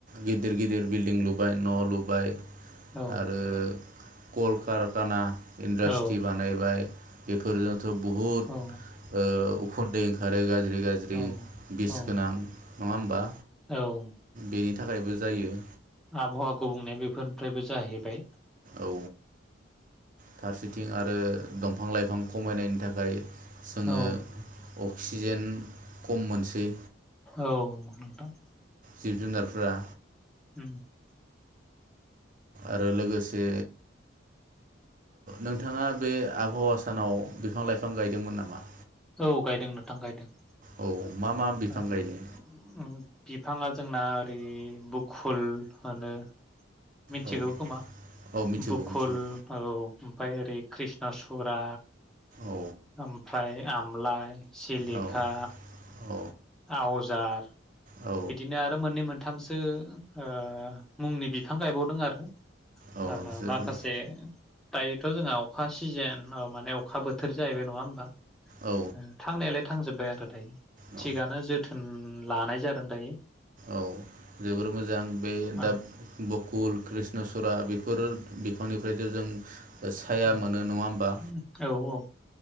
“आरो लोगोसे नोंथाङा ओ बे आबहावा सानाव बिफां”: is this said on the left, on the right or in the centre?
Right